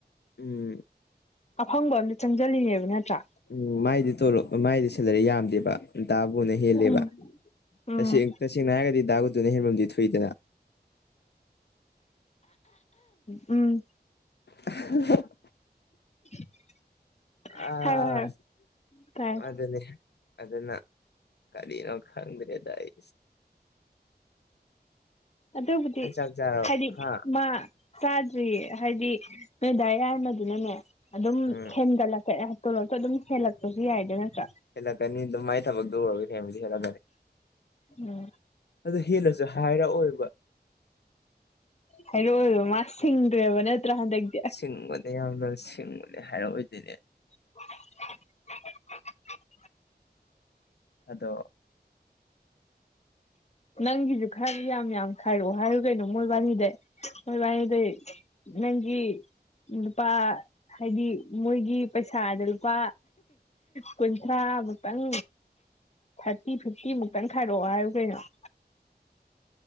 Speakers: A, on the left; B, on the left.
A: ꯎꯝ
B: ꯑꯐꯪꯕ ꯑꯝꯇ ꯆꯪꯁꯤꯜꯂꯤꯅꯦꯕ ꯅꯠꯇ꯭ꯔꯥ
A: ꯎꯝ ꯃꯥꯏꯗꯤ ꯇꯂꯣꯞ ꯃꯥꯏꯗꯤ ꯁꯦꯂꯔꯤ ꯌꯥꯝꯗꯦꯕ ꯟ꯫ꯗꯥꯕꯨꯅ ꯍꯦꯜꯂꯦꯕ
B: ꯎꯝ ꯎꯝ
A: ꯇꯁꯦꯡ ꯇꯁꯦꯡꯅ ꯍꯥꯏꯔꯒꯗꯤ ꯗꯥꯒꯨꯇꯨꯅ ꯍꯦꯟꯕꯝꯗꯤ ꯊꯨꯏꯗꯅ
B: ꯎꯝ
A: <unintelligible>
B: <unintelligible>
A: ꯑ
B: ꯍꯥꯏꯔꯣ ꯍꯥꯏꯔꯣ ꯇꯥꯏ
A: ꯑꯗꯅꯦ ꯑꯗꯨꯅ ꯀꯂꯤꯅꯣ ꯈꯗ꯭ꯔꯗꯏ
B: ꯑꯗꯨꯕꯨꯗꯤ
A: ꯅꯪ ꯆꯥꯛ ꯆꯥꯔꯕ
B: ꯍꯥꯏꯗꯤ
A: ꯍꯥ
B: ꯃꯥ ꯆꯥꯗ꯭ꯔꯤꯌꯦ ꯍꯥꯏꯗꯤ ꯅꯣꯏ ꯗꯥ ꯌꯥꯏꯃꯗꯨꯅꯅꯦ ꯑꯗꯨꯝ
A: ꯎꯝ
B: ꯍꯦꯟꯒꯠꯂꯛ ꯇꯣꯂꯣꯞꯇ ꯑꯗꯨꯝ ꯍꯦꯜꯂꯛꯄꯁꯨ ꯌꯥꯏꯗꯣ ꯅꯠꯇ꯭ꯔꯥ
A: ꯍꯂꯛꯒꯅꯤ ꯑꯗꯨꯝꯥꯏ ꯊꯛꯗꯧꯔꯒꯦ ꯐꯦꯃꯤꯂꯤ ꯍꯂꯒꯅꯤ
B: ꯎꯝ
A: ꯑꯗꯨꯣ ꯍꯦꯟꯅꯁꯨ ꯍꯥꯏꯔꯛꯑꯣꯏꯕ
B: ꯍꯥꯏꯔꯛꯑꯣꯏꯕ ꯃꯥ ꯁꯤꯡꯒꯔꯦꯕ ꯅꯠꯇ꯭ꯔꯥ ꯍꯟꯗꯛꯇꯤ
A: ꯁꯤꯡꯕꯅꯦ ꯌꯥꯝꯅ ꯁꯤꯡ ꯍꯥꯏꯔꯛꯑꯣꯏꯗꯣꯏꯅꯦ
B: <unintelligible>
A: ꯑꯗꯣ
B: ꯅꯪꯒꯤꯁꯨ ꯈꯔꯗꯤ ꯌꯥꯝ ꯌꯥꯝ ꯈꯥꯏꯔꯛꯑꯣ ꯍꯥꯏꯌꯨ ꯀꯩꯅꯣ ꯃꯣꯏꯕꯥꯅꯤꯗꯩ ꯃꯣꯏꯕꯥꯅꯤꯗꯩ ꯅꯪꯒꯤ ꯅꯨꯨꯄꯥ ꯍꯥꯏꯗꯤ ꯃꯣꯏꯒꯤ ꯄꯩꯁꯥꯗ ꯂꯨꯄꯥ ꯀꯨꯟꯊ꯭ꯔꯥ ꯃꯨꯛꯇꯪ ꯊꯥꯔꯇꯤ ꯐꯤꯐꯇꯤ ꯃꯨꯛꯇꯪ ꯈꯥꯏꯔꯛꯑꯣ ꯍꯥꯏꯔꯨ ꯀꯩꯅꯣ <unintelligible>